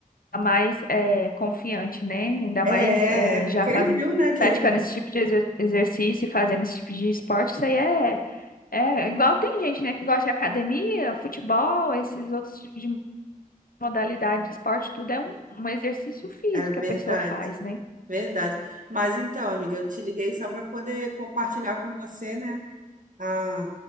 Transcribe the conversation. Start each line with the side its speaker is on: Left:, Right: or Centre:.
Left: mais é, confiante, né? Ainda
Right: É,
Left: mais é,
Right: é, porque
Left: já fazendo,
Right: ele viu, né, que
Left: praticando
Right: ele...
Left: esse tipo de exer- exercício e fazendo esse tipo de esporte, isso aí é, é igual tem gente, né, que gosta de academia, futebol, esses outros tipos de modalidade de esporte, tudo é um, um exercício físico
Right: É verdade,
Left: que a pessoa faz, né?
Right: verdade. Mas então, amiga, eu te liguei só para poder compartilhar com você, né, a,